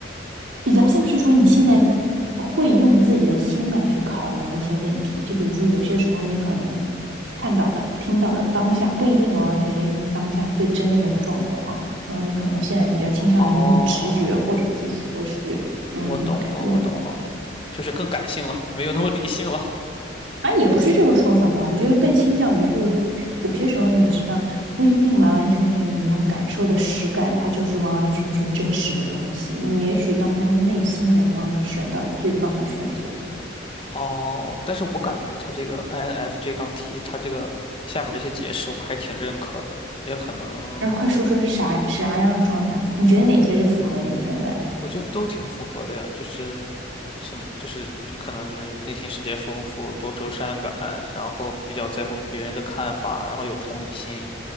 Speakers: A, on the right; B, on the left.
A: 比较像是说你现在会用自己的心来去考量一些问题，就比如说有些时候你可能看到的、听到的当下不一定完完全全就是当下最真的那个状况，然后你可能现在比较倾向于用直觉，
B: 哦，
A: 或者是说是嗯用。
B: 我懂了，我懂了，就是更感性了，没有那么理性了。
A: 啊，也不是这个说法吧，我觉得更倾向于就是说，有些时候你知道不一定完完全全你用感受的实感，它就是完完全全真实的东西。你也许当中内心能帮你选到最棒的选择。
B: <laughs> 哦，但是我感觉他这个 INFJ 杠 T，他这个下面这些解释我还挺认可的，也可能
A: 然后快说说是啥啥样的状态？你觉得哪些是符合你现在？
B: 我觉得都挺符合的呀，就是什么，就是比可能就是内心世界丰富、多愁善感，然后比较在乎别人的看法，然后有同理心，